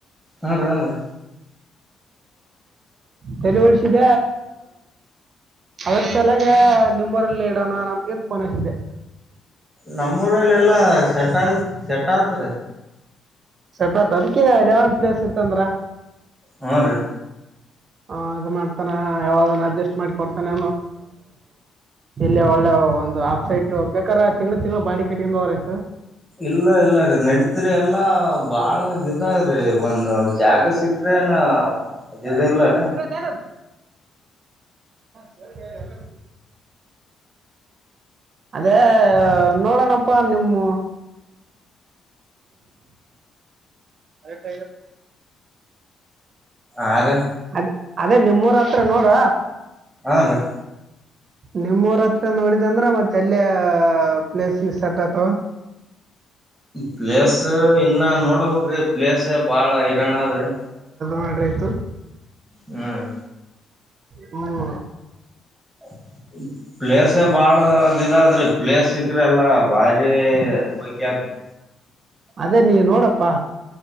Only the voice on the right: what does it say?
ತಳುವಳಸಿದ ಅವ ಚಲಾಗ ನಿಮ್ಮವರಲ್ಲಿ ಇಡೋಣ ಅಂತ ಪನಸಿದೆ
ಸಪತ್ ಅದಕ್ಕೆವ ಪ್ಲೇಸ್ ಇತ್ತಂದ್ರ
ಹ ಅದು ಮಾಡ್ತಾನ ಯಾವದನ್ನು ಅಡ್ಜಸ್ಟ್ ಮಾಡಿ ಕೊಡ್ತಾನ ಇಲ್ಲಿ ಒಳ್ಳೆ ಒಂದು ಆಫ್ಸೈಡ್ ಬೇಕಾದ್ರ ತಿಂಗ್ಗಳು ತಿಂಗಳು ಬಾಡಿ ಕಟ್ಟಕವರ ಆಯತು
ದ ಸರಿ ಎಲ್ಲ ಅದೇ ನೋಡೋಣಪ್ಪಾ ನಿಮ್ಮ ಅದ ಕ
ಅದ ಅದೇ ನಿಮ್ಮೂರ ಹತ್ರ ನೋಡ್ರ
ನಿಮಮ್ಮೂರ ಹತ್ರ ನೋಡಿದಂದ್ರ ಮತ್ತೆ ಎಲ್ಲಿ ಪ್ಲೇಸ್ ಇ ಸಟ್ತ
ಮಾಡಿರ ಆಯತು
ಹ್ಮ್
ಅದೇ ನೀ ನೋಡಪ್ಪಾ